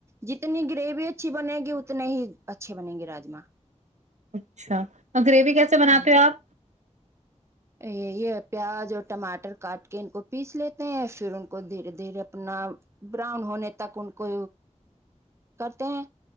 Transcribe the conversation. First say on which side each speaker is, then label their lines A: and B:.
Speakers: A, on the right; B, on the right.
A: جتنی گریوی اچھی بنے گی اتنے ہی اچھے بنے گے راجما
B: اچھا اور گریوی کیسے بناتے
A: ہاں
B: ہو آپ
A: یہ پیاز اور ٹماٹر کاٹ کے ان کو پیس لیتے ہیں پھر ان کو دھیرے دھیرے اپنا براؤن ہونے تک ان کو کرتے ہیں